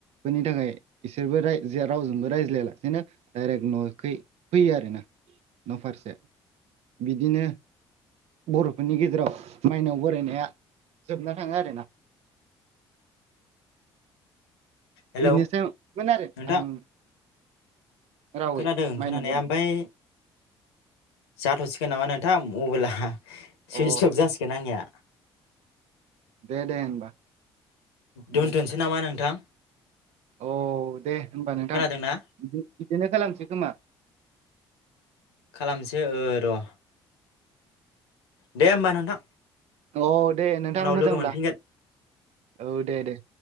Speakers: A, on the right; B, on the left.
A: बेनि थाखाय इसोरबो ज रावजों जबो रायज्लायालासेनो दडायरेक्ट न' फैयो आरोोना न' फारसे बिदिनो बर'फोरनि गेजेराव माइनाव बरायनाया जोबना थाङो आरोना।
B: हेलौ
A: बेनोसैमोन आरो
B: नोंथां
A: आं रावै
B: खोनादों खोनानाया
A: माइनाव बरायनाय
B: ओमफाय जाथ'सिगोन नामा नोंथां अबोेला सुइस
A: अ
B: लक जासिगोन आंनिया
A: दे दे होनबा नोंथां
B: दोन्थ'सै नामा नोंथां।
A: औ दे होनोमबा नोंथां
B: खोनादोंना
A: बिदिनो खालामसै खोमा।
B: खालामसै र' दे होमबा नोंथां।
A: औ दे नोंथां
B: उनाव
A: मोजांब्ला
B: लोगो मोनफिनगोन
A: औ दे दे।